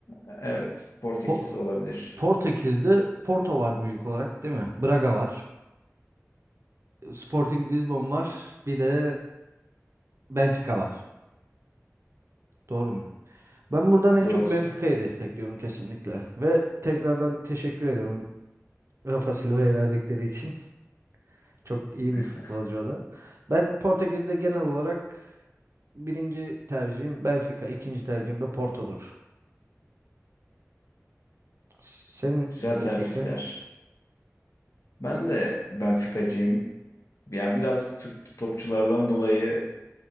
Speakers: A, on the left; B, on the right.
A: E, Evet, Portekiz
B: Po-
A: olabilir.
B: Portekiz'de Porto var büyük olarak değil mi? Braga var. Sporting Lisbon var. Bir de Benfica var. Doğru muyum? Ben buradan en
A: Doğrusun.
B: çok Benfica'yı destekliyorum kesinlikle. Ve tekrardan teşekkür ediyorum Rafa Silva'ya verdikleri için. <laughs> Çok iyi
A: <laughs>
B: bir futbolcu o da. Ben Portekiz'de genel olarak birinci tercihim Benfica, ikinci tercihim de Porto'dur. Senin
A: Güzel
B: nedir
A: tercihler.
B: fikrin?
A: Ben de Benfica'cıyım. Yani biraz Türk topçulardan dolayı